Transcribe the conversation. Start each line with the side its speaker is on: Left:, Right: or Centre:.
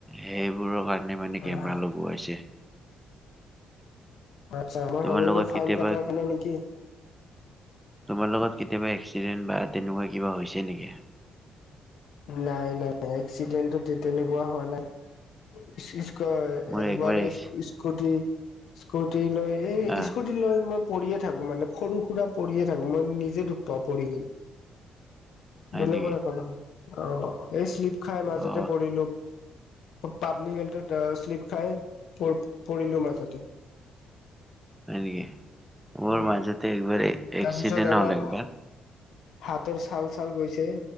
Centre: সেইবোৰৰ কাৰণে মানে
Left: হয়
Centre: কেমেৰা
Left: হয়
Centre: লগোৱাইছে।
Left: আচ্ছা মই
Centre: তোমাৰ
Left: ভাবিলো
Centre: লগত
Left: ফাইন
Centre: কেতিয়াবা
Left: কাটাৰ কাৰণে নেকি?
Centre: তোমাৰ লগত কেতিয়াবা এক্সিডেন্ট বা তেনেকুৱা কিবা হৈছে নেকি।
Left: নাই নাই নাই এক্সিডেণ্ট তেনেকুৱা হোৱা নাই। ইচ্ ইচ্ কৈ
Centre: মোৰ
Left: একবাৰ
Centre: এক্স
Left: স্কুটি স্কুটি লৈ। এ
Centre: আহ
Left: স্কুটি লৈ মই পৰিয়ে থাকো মানে সৰু সুৰা পৰিয়ে থাকো মই নিজে দুখ পাও পৰি কেন।
Centre: হয়
Left: বেলেগৰ
Centre: নেকি?
Left: কাৰণে হয় অ এই শ্লিপ খাই মাজতে
Centre: অ'
Left: পৰিলো। পাব্লিক হেল্থত শ্লিপ খাই প পৰিলো মাজতে।
Centre: হয় নেকি মোৰ
Left: অ
Centre: মাজতে একবাৰ
Left: তাৰপিছত
Centre: এক্সিডেট
Left: অলপ
Centre: হল একবাৰ।
Left: হাতৰ চাল চাল গৈছে